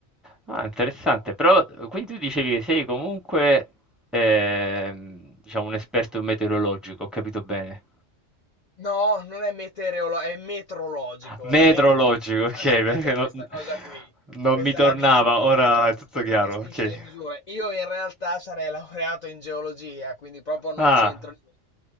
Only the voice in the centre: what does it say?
Ah, interessante, però eh, quindi tu dicevi che sei comunque ehm, diciamo un esperto meteorologico, ho capito bene.
Metrologico,
ok,
perché non,
non
mi tornava,
ora è tutto
chiaro,
ok.
Ah,